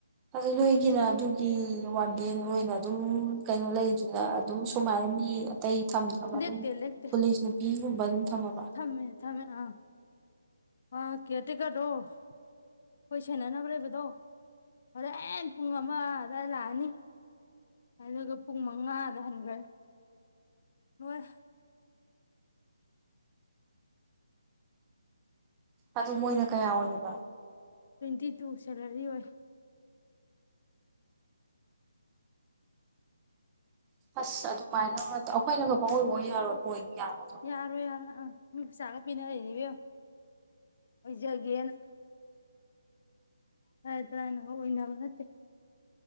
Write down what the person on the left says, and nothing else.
ꯂꯦꯛꯇꯦ
ꯂꯦꯛꯇꯦ
ꯊꯝꯃꯦ ꯊꯃꯦ ꯑꯥ ꯑ ꯀꯦ ꯇꯤꯀꯔꯗꯣ ꯑꯩꯈꯣꯏ ꯁꯦꯟꯅꯅꯕ ꯂꯩꯕꯗꯣ ꯍꯣꯔꯦꯟ ꯑꯦꯦꯟ ꯄꯨꯡ ꯑꯃꯗꯏ ꯂꯥꯛꯑꯅꯤ ꯑꯗꯨꯒ ꯄꯨꯡ ꯃꯉꯥꯗ ꯍꯟꯈ꯭ꯔꯅꯤ ꯍꯣꯏ
ꯇ꯭ꯋꯦꯟꯇꯤ ꯇꯨ ꯁꯦꯂꯔꯤ ꯑꯣꯏ
ꯌꯥꯔꯣ ꯌꯥꯔꯣ ꯑꯥ ꯃꯤ ꯄꯁꯥꯒ ꯄꯤꯅꯔꯤꯅꯦꯕ ꯑꯣꯏꯖꯒꯦꯅ ꯍꯥꯏ ꯇꯔꯅ ꯑꯣꯏꯅꯕ ꯅꯠꯇꯦ